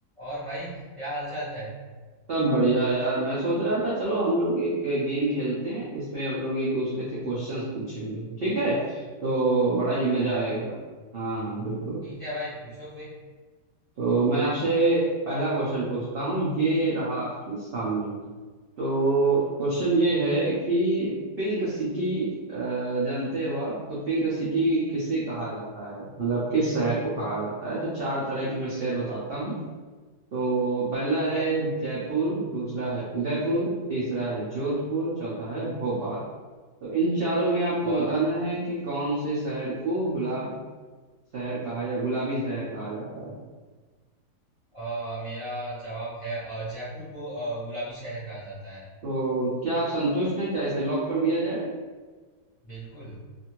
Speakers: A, on the left; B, on the right.
A: और भाई क्या हालचाल है
B: सब बढ़िया यार मैं सोच रहा था चलो हम लोग एक गेम खेलते हैं इसमें हम लोग एक दूसरे से क्वेश्चंस पूछेंगे ठीक है तो बड़ा ही मजा
A: आया
B: आएगा हाँ हाँ बिल्कुल
A: ठीक है भाई पूछो फिर
B: तो मैं आपसे पहला क्वेश्चन पूछता हूँ ये रहा आपके सामने तो क्वेश्चन ये है कि पिंक सिटी जानते हो आप तो पिंक सिटी किसे कहा जाता है मतलब किस शहर को कहा जाता है तो चार तरह के मैं शहर बताता हूँ तो पहला
A: ठीक
B: है
A: है
B: जयपुर दूसरा है उदयपुर तीसरा है जोधपुर चौथा है भोपाल तो इन चारों में आपको
A: अ,
B: बताना है कि कौन से शहर को गुलाब शहर कहा या गुलाबी शहर कहा जाता है
A: अ, मेरा जवाब है अ, जयपुर को अ, गुलाबी शहर कहा जाता है
B: तो क्या आप संतुष्ट हैं क्या इसे लॉक कर दिया जाए
A: बिल्कुल